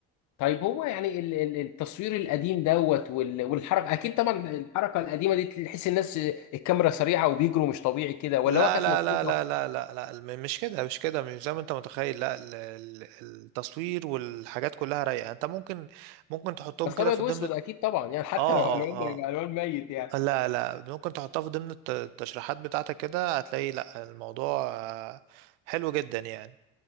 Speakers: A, on the left; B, on the right.
A: طيب هو يعني ال- ال- التصوير القديم دوت وال- والحركه اكيد طبعا الحركه القديمه دي تحس الناس الكاميرا سريعه وبيجروا مش طبيعي كده ولا
B: لا
A: هو كانت
B: لا
A: مظبوطه
B: لا لا لا لا لا الم- مش كده مش كده مش زي ما انت متخيل لا ال- ال- التصوير والحاجات كلها رايقه انت ممكن ممكن تحطهم
A: بس
B: كده
A: ابيض
B: في
A: واسود
B: ضمن
A: اكيد طبعا يعني حتى
B: اه
A: لو الوان ده يبقى
B: اه
A: الوان ميت يعني
B: اه لا لا ممكن تحطها في ضمن الت- التشريحات بتاعتك كده هتلاقي لا الموضوع آه، حلو جدا يعني